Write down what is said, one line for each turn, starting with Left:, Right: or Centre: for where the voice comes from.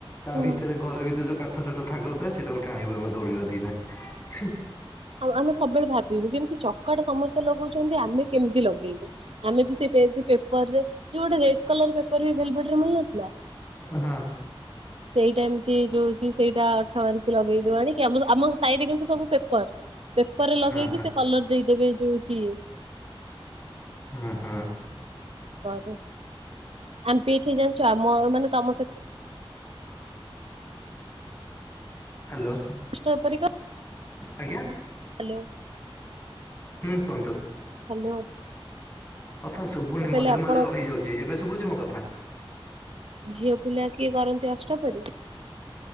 Left: ତା
Right: ହଁ
Left: ଭିତରେ ଘରେ ଭିତ ଯୋଉ କାଠ ଛୋଟ ଠାରୁ ଥାଏ ସେଟାକୁ ଟାଣିବୁ ଆମେ ଦୌଡ ବନେଇ କିନା।
Right: ଆଉ ଆମେ ସବୁବେଳେ ଭାବିବୁ କେମିତି ଚକାଟା ସମସ୍ତେ ଲଗଉଛନ୍ତି ଆମେ କେମିତି ଲଗେଇବୁ ଆମେ ବି ସେ ପେପରରେ ଯୋଉ ଗୋଟେ ରେଡ କଲର ପେପର ବି ଭେଲଡରେ ମିଳନଥିଲା।
Left: ହଁ।
Right: ସେଇଟା ଏମିତି ଯୋଉଚଛି ସେଇଟା ଅଠା ମାରିକି ଲଗେଇଦବା କି ଆମ ସାଇଡରେ କିୁ ସବୁ ପେପର। ପେପରରେ ଲଗେଇକି
Left: ହଁ
Right: ସେ କଲର ଦେଇଦେବେ ଯୋଉ ଯିଏ।
Left: ଓ ହୋ।
Right: ରେ ଆମ ପେଇ ଏଠି ଜାଣିଛ ଆମ ମାନେ ତମ ସେ
Left: ହ୍ୟାଲୋ।
Right: <unintelligible> ହ୍ୟାଲୋ।
Left: ଆଜ୍ଞା ହୁଁ କୁହନ୍ତୁ।
Right: ହ୍ୟାଲୋ।
Left: କଥା ଶୁଭୁନି
Right: ମୁଁ କହିଲି
Left: ମଝିରେ
Right: ଆପଣ
Left: ମଝିରେ ରହିଯାଉଛି ଏବେ ଶୁଭୁଛି ମୋ କଥା?
Right: ଝିଅ ପିଲା କିଏ କରନ୍ତି ଅଷ୍ଟ ପରି